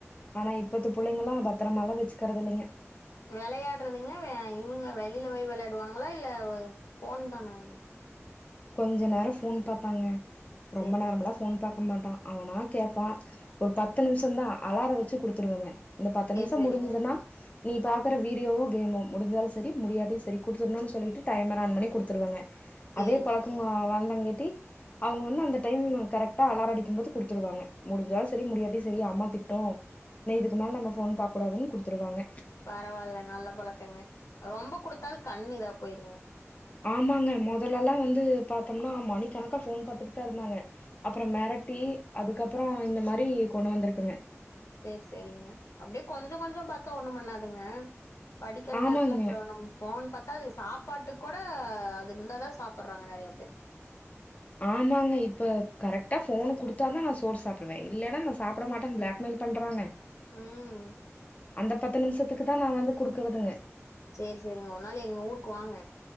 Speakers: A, on the left; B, on the left.
A: ஆனா இப்பத்து புள்ளைங்களா பத்தரமல்லா வெச்சுக்கறது இல்லைங்க
B: வெளையாடுறதுங்க இவுங்க வெளியில போய் வெள்ளாடுவாங்களா இல்ல ஃபோன் தானா
A: கொஞ்ச நேரோ ஃபோன் பாப்பாங்க ரொம்ப
B: சேரிங்க
A: நேரமெல்லா ஃபோன் பாக் க்க மாட்டா அவனா கேட்பா ஒரு பத்து நிமிஷம் தா அலார வெச்சு குடுத்துருவங்க இந்த பத்து
B: சேரி
A: நிமிஷோ
B: சேரிங்க
A: முடிஞ்சதுன்னா நீ பா க்கற வீடியோவு கேமும் முடிஞ்சாலு செரி முடியாட்டியு செரி குடுத்துர்ணுன்னு சொல்லிட்டு டைமரா ஆன் பண்ணி குடுத்துடுவாங்க
B: சேரிங்க
A: அதே பழக்கமா வந்தாங்க அவங்க வந்து அந்த டைம் கரக்டா அலாரம் அடிக்கும் போது குடுத்துருவாங்க முடிஞ்சா செரி முடியாட்டி செரி அம்மா திட்டும் இதுக்கு மேலா நம்ம போன் பாக்க கூடாதுன்னு குடுத்துருவாங்க
B: பரவால்ல நல்ல பழக்கங்க ரொம்ப கொடுத்தாலு கண் இதா போயிருங்க
A: ஆமாங்க மொதல்லல்லா வந்து பார்த்தோம்னா மணிக்கணக்கா போன் பாத்துட்டு தா இருந்தாங்க அப்புறம் மெரட்டி அதுக்கப்புறம் இந்த மாரி கொண்டு வந்திருக்குங்க
B: செரி செரிங்க அப்படியே கொஞ்ச கொஞ்ச பாத்தா ஒண்ணு பண்ணாதுங்க படிக்கிற
A: ஆமாங்க,
B: நேரத்துல அப்புறம் நம்ம போன் பாத்தா அது சாப்பாட்டுக் கொட அது இருந்தாதா சாப்படுறாங்க நிறைய பேரு
A: ஆமாங்க இப்ப கரெக்டா போனு குடுத்தா தா நா சோர் சாப்பிடுவே இல்லனா நா சாப்பிட மாட்டேன் பிளாக்மெயில் பண்றாங்க
B: ம்
A: அந்த பத்து நிமிஷத்துக்கு தா நா வந்து குடுக்குறதுங்க
B: செரி செரிங்க ஒரு நாள் எங்க ஊருக்கு வாங்க